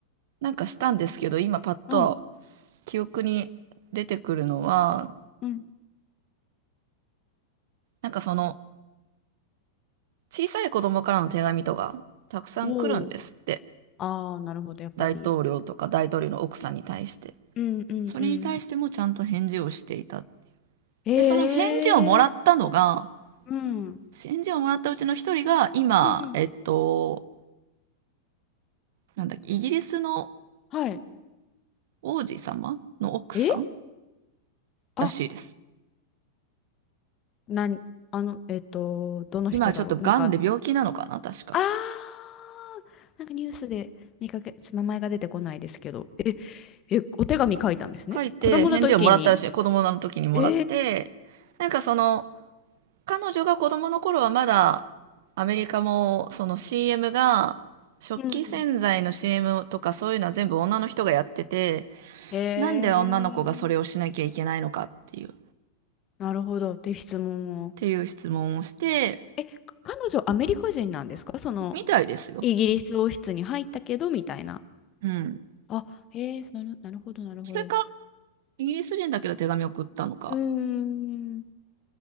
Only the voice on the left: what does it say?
うん
うん
おおー。ああ、なるほど、やっぱり。
うんうんうん。
えー、
うん。
うん。
はい。
え
あ、なに、あの、えっと、どの人だろうなんか、
あー、なんかニュースで見かけ、ちょっと名前が出てこないですけど、え、え、お手紙書いたんですね。
子供の時に。
ええ
うん
へえ、
なるほど。って質問を。
え、か彼女アメリカ人なんですかその、
イギリス王室に入ったけど、みたいな。
あ、ええその、なるほど、なるほど。
うーん。